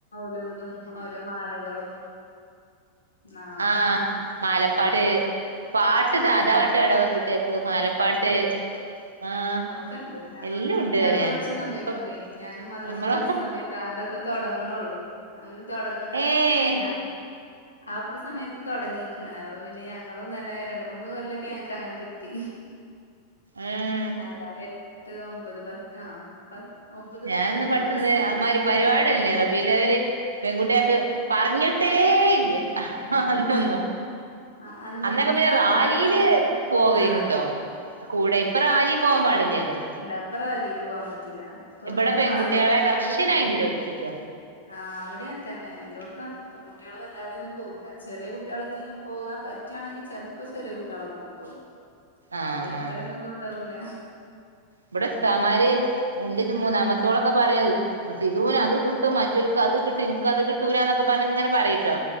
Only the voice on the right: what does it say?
ആഹ് മാലപ്പാട്ട് പാട്ട്
സാധാ പാട്ടാടാ പെൺ കുട്ടികക്ക് മാലപ്പാട്ട് ആഹ്
എല്ലാം ഉണ്ട്
അറിയ
ഇപ്പം
നമ്മള
ഏഹ്
ഉം
ഞാനൊന്നും പഠിടുത്തന്ന്
അമ്മാരി
പരിപാടിയില്ലാരുന്നു
<unintelligible> പെൺകുട്ടിയോക്ക്
പറഞ്ഞിട്ടേ
ആ ഹ ഹ
അന്തൊന്നു
അന്നൊക്കെ പിന്നെ
റാലീല്
പോവേനൂട്ടോ
കൂടെ ഇപ്പൊ റാലി പോവാൻ പാടില്ല്യാല്ലോ
ഇവിടെ
പെൺകുട്ടികളെ
കർശനായി
നിരോധിച്ചിക്ക
ആഹ്
ആഹ്
ഇവിടെ ഉസ്താദുമാര് എന്റെ ഒരു മൂന്നാമത്തോളൊക്കെ
പറയോ സിധുവിന് അത് കിട്ടും മ ഇവർക്കത് കിട്ടും എനക്കത് കിട്ടൂലന്നൊക്കെ പ അപ്പം അത് ഇങ്ങനെ പറയൂട്ടോ